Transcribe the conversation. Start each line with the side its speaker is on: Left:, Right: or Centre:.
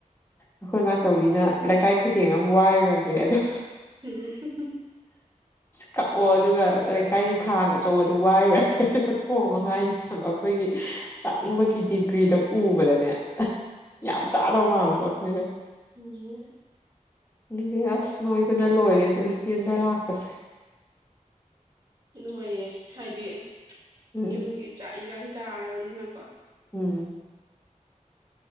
Left: ꯑꯩꯈꯣꯏ ꯃꯥꯆꯧꯕꯤꯅ ꯂꯩꯀꯥꯏ ꯈꯨꯗꯦꯡ ꯑꯃ ꯋꯥꯔꯨꯔꯒꯦ ꯑꯗꯨ
Right: ꯎꯝ
Left: ꯀꯛꯑꯣ ꯑꯗꯨꯒ ꯂꯩꯀꯥꯏꯒꯤ ꯈꯥꯡ ꯑꯆꯧꯕꯗꯨ ꯋꯥꯏꯔꯨꯔꯒꯦ ꯑꯗꯨꯒ ꯊꯣꯡꯉꯣ
Right: ꯈꯔ
Left: ꯍꯥꯏꯅꯦ ꯑꯩꯈꯣꯏꯒꯤ ꯆꯥꯅꯤꯡꯕꯒꯤ ꯗꯤꯒ꯭ꯔꯤꯗꯣ ꯎꯕꯗꯅꯦ ꯌꯥꯝ ꯆꯥꯗꯧ ꯃꯥꯜꯂꯕ ꯑꯩꯈꯣꯏꯁꯦ
Right: ꯍꯝ
Left: ꯑꯗꯨꯒꯤ ꯑꯁ ꯅꯣꯏꯕꯅ ꯂꯣꯏꯔꯦ ꯑꯗꯨꯅ ꯌꯨꯝꯗ ꯂꯥꯛꯄꯁꯦ
Right: ꯅꯣꯏꯌꯦ ꯍꯥꯏꯗꯤ
Left: ꯎꯝ
Right: ꯌꯨꯝꯒꯤ ꯆꯥꯛ ꯏꯟꯁꯥꯡ ꯆꯥꯔꯕꯅꯤꯅꯀꯣ
Left: ꯎꯝ